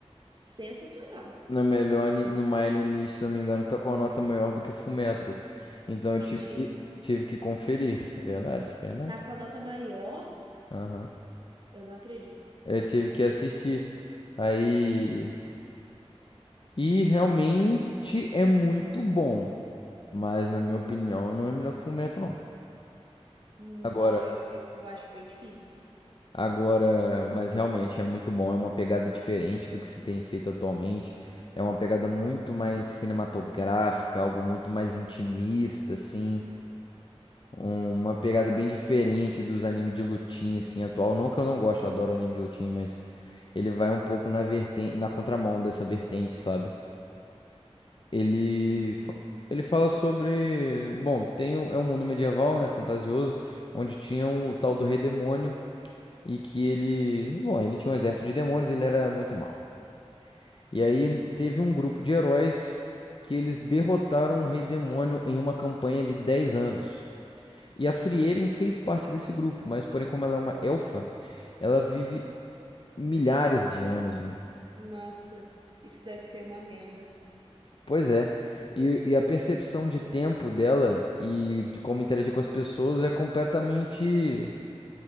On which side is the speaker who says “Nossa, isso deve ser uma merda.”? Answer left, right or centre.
Right